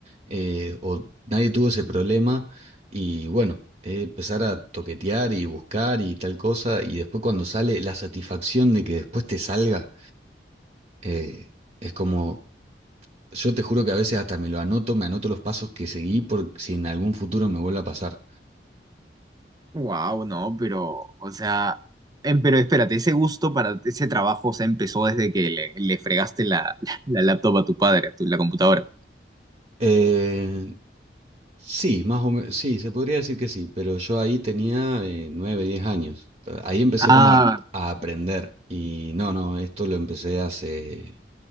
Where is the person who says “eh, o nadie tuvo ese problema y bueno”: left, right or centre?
Right